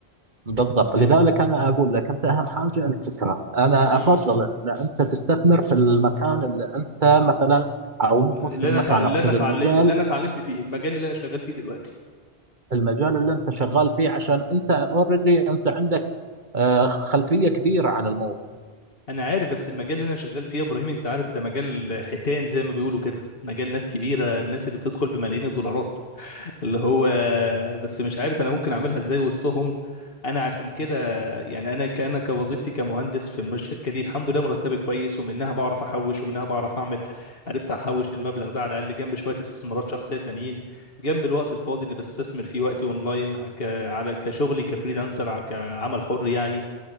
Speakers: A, on the right; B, on the left.
A: بالضبط لذلك أنا أقول لك أنت أهم حاجة الفكرة أنا
B: امم
A: أفضل أن أنت تستثمر في المكان اللي أنت مثلا أو
B: اللي
A: مش المكان
B: انا تع... اللي
A: أقصد
B: انا اتعلم
A: المجال
B: اللي انا اتعلمت فيه المجال اللي انا شغال فيه دلوقتي
A: المجال اللي أنت شغال فيه عشان أنت أوريدي أنت عندك آه، خلفية كبيرة عن الموضوع
B: انا عارف بس المجال اللي انا شغال فيه يا ابراهيم انت عارف ده مجال حيتان زي ما بيقولوا كده مجال ناس كبيره الناس اللي بتدخل بملايين الدولارات اللي هو بس مش عارف انا ممكن اعملها ازاي وسطهم انا عشان كده يعني انا كأنا كوظيفتي كمهندس في الم- الشركه دي الحمد لله مرتبي كويس ومنها بعرف احوش ومنها بعرف اعمل عرفت احوش المبلغ ده على الاقل جنب شويه استثمارات شخصيه تانيين جنب الوقت الفاضي اللي بستثمر فيه وقتي اونلاين آه، ك... على كشغلي كفريلانسر ع- كعمل حر يعني